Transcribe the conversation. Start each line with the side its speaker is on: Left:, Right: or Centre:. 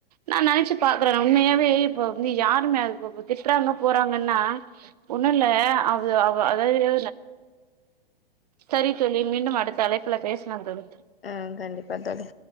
Right: நான் நினைச்சு பாக்குறேன் உண்மையாவே இப்ப வந்து யாருமே அது திட்டுறாங்க போறாங்கன்னா ஒன்னுல்ல அது அதாவது சரித்தோழி மீண்டும் அடுத்த அழைப்புல பேசலாம் தோழி
Left: ஆஹ் கண்டிப்பா தோழி